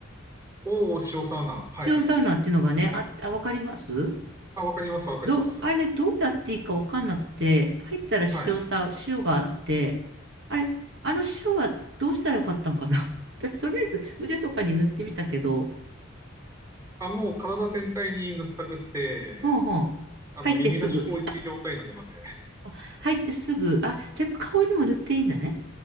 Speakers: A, on the right; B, on the right.
A: おお、塩サウナ。はいはい。
B: 塩サウナっていうのがね、あ、あ、わかります
A: あ、わかります、わかります。
B: ど、あれ、どうやっていいかわかんなくて、入ったら塩さ、
A: はい。
B: 塩があって、あれ、あの塩はどうしたらよかったんかな <laughs> 私、とりあえず腕とかに塗ってみたけど、
A: あ、もう体全体に塗ったくって、
B: うんうん。
A: あの、
B: 入ってすぐ。
A: 耳なし高一状態になるまで。
B: あ、入ってすぐ。あ、じゃあやっぱ顔にも塗っていいんだね。